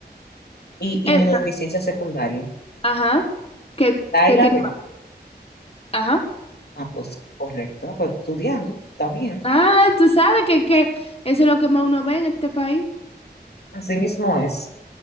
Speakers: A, on the left; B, on the left.
A: Y inmunodeficiencia
B: Esa.
A: secundaria.
B: Ajá. Que,
A: La A
B: que
A: y la
B: tiene
A: B.
B: más. Ajá.
A: Ah, pues correcto. Ah, Pues estudiando, está bien.
B: Ah, tú sabes que, que eso es lo que más uno ve en este país.
A: Así mismo es.